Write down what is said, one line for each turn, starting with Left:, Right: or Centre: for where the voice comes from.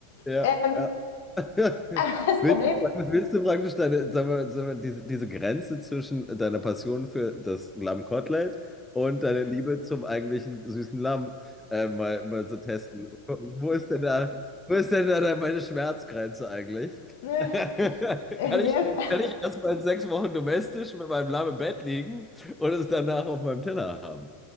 Centre: Ja,
Left: Ähm,
Centre: ja. <laughs>
Left: aber <laughs> das
Centre: Willst,
Left: Problem,
Centre: willst du praktisch deine, sagen wir, sagen wir, diese, diese Grenze zwischen deiner Passion für das Lammkotelett und deiner Liebe zum eigentlichen süßen Lamm äh, mal, mal so testen? Wo wo ist denn da, wo ist denn da da meine Schmerzgrenze eigentlich?
Left: ne,
Centre: <laughs> Kann
Left: äh, nee,
Centre: ich,
Left: das,
Centre: kann ich erstmal sechs Wochen domestisch mit meinem Lamm im Bett liegen und es danach auf meinem Teller haben?